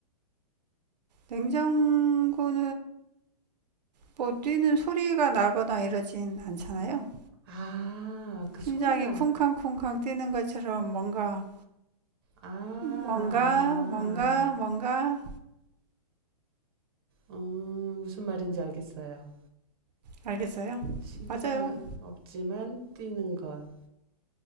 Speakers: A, on the right (about 90°); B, on the right (about 35°).
A: 냉장고는 뭐 뛰는 소리가 나거나 이러진 않잖아요.
B: 아, 그 소리가.
A: 심장이 쿵쾅쿵쾅 뛰는 것처럼 뭔가,
B: 아,
A: 뭔가,
B: 아.
A: 뭔가, 뭔가,
B: 음, 무슨 말인지 알겠어요.
A: 알겠어요?
B: 심장은
A: 맞아요.
B: 없지만 뛰는 것.